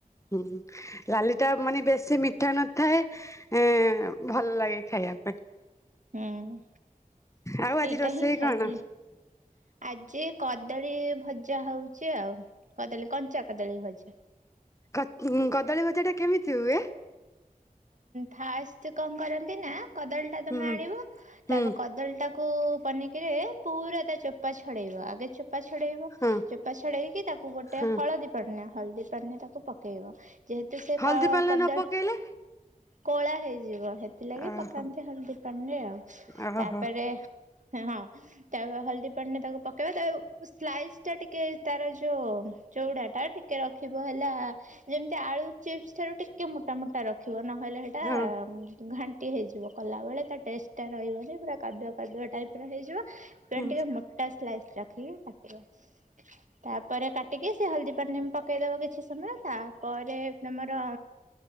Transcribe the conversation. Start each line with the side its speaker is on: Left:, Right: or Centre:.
Left: ହୁଁ, ଲାଲି ଟା ମାନେ ବେଶୀ ମିଠା ନଥାଏ। ଏଁ ଭଲ ଲାଗେ ଖାଇବା ପାଇଁ।
Right: ହୁଁ,
Left: ଆଉ
Right: ସେଇଟା
Left: ଆଜି ରୋଷେଇ
Right: ହିଁ ଖାଇଥିଲି।
Left: କଣ?
Right: ଆଜି କଦଳୀ ଭଜା ହଉଛି ଆଉ। କଦଳୀ କଞ୍ଚା କଦଳୀ ଭଜା।
Left: କଦ୍ ଉଁ, କଦଳୀ ଭଜା ଟା କେମିତି ହୁଏ?
Right: ଫାଷ୍ଟ କଣ କରନ୍ତି ନା? କଦଳୀ ଟା ତମେ
Left: ହୁଁ
Right: ଆଣିବ
Left: ହୁଁ
Right: ତାକୁ କଦଳୀ ଟାକ୍ କୁ ପନିକିରେ, ପୁରା ତା ଚୋପା ଛଡ଼େଇବ। ଆଗେ ଚୋପା ଛଡ଼େଇବ।
Left: ହଁ
Right: ଚୋପା ଛଡେଇକି ତାକୁ ଗୋଟେ
Left: ହଁ
Right: ହଳଦୀ ପାଣିନେ, ହଳଦୀ ପାଣିନେ ତାକୁ ପକେଇବ। ଯେହେତୁ ସେ
Left: ହଳଦୀ
Right: କ-କଦଳ
Left: ପାଣିରେ ନ ପକେଇଲେ
Right: କଳା ହେଇଯିବ। ହେଥିଲାଗି
Left: ଓହୋ
Right: ପକାନ୍ତି ହଳଦୀ ପାଣିରେ ଆଉ।
Left: ଓହୋ
Right: ତା'ପରେ ହେ ହଁ, ତାପ ହଳଦୀ ପାଣି ରେ ତାକୁ ପକେଇବ। ତା ସ୍ଲାଇସ୍ ଟା ଟିକେ ତାର ଯ ଯୋ ଚୋଉଡ଼ା ଟା ଟିକେ ରଖିବ ହେଲା। ଯେମିତି ଆଳୁ ଚିପ୍ସ ଠାରୁ ଟିକେ ମୋଟା ମୋଟା ରଖି ରଖିବ ନହେଲେ ସେଇଟା
Left: ହଁ
Right: ଘାଣ୍ଟି ହେଇଯିବ କଲାବେଳେ ତା ଟେଷ୍ଟ ରହିବନି ପୁରା କାଦୁଆ କାଦୁଆ ଟାଇପ ର ହେଇଯିବ ତେ
Left: ହୁଁ
Right: <unintelligible> ଟିକେ ମ ଟା ସ୍ଲାଇସ୍ ରଖିକି କାଟିବ। ତାପରେ କାଟିକି ସେ ହଳଦୀ ପାଣି ରେ ପକେଇଦବ କିଛି ସମୟ ତା ତାପରେ ପରେ ତୁମର